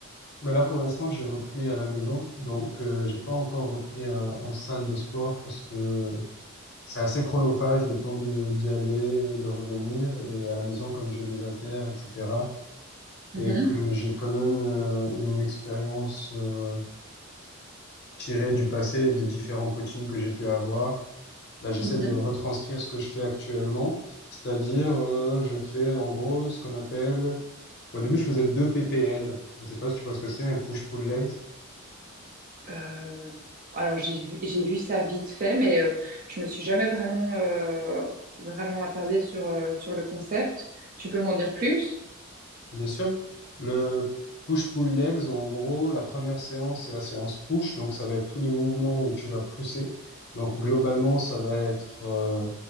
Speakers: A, on the left; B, on the right.
A: Mais là, pour l'instant, j'ai repris à la maison, donc euh, j'ai pas encore repris euh, en salle de sport parce que c'est assez chronophage le temps de d'y aller, et de revenir, et à la maison, comme j'ai des haltères, etc.,
B: Mhm,
A: et que j'ai quand même euh, une expérience euh, tirée du passé et des différents coachings que j'ai pu avoir, bah, j'essaie
B: mhm.
A: de retranscrire ce que je fais actuellement, c'est-à-dire euh, je fais en gros ce qu'on appelle, au début, je faisais deux PPL, je sais pas si tu vois ce que c'est, un push-pull legs.
B: Euh, alors, j'ai, vu- j'ai vu ça vite fait, mais euh, je me suis jamais vraiment, euh, vraiment attardée sur, euh, sur le concept. Tu peux m'en dire plus?
A: Bien sûr. Le push-pull legs, en gros, la première séance, c'est la séance push. Donc, ça va être tous les mouvements où tu vas pousser. Donc, globalement, ça va être euh,